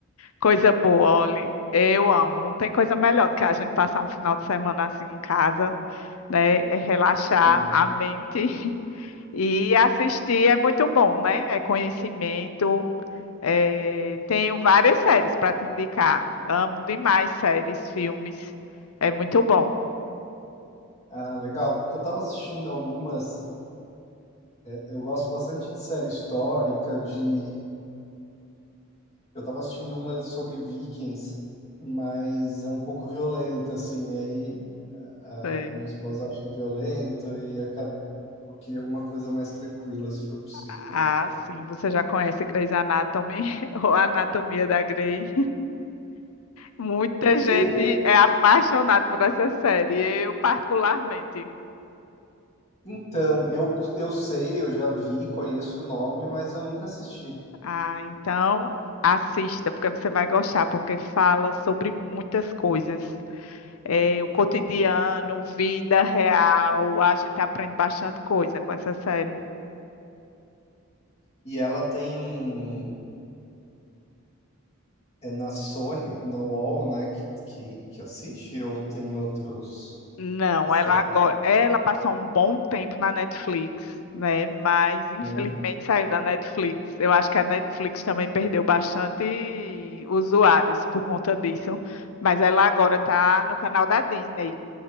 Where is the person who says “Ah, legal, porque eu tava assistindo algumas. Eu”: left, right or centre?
Left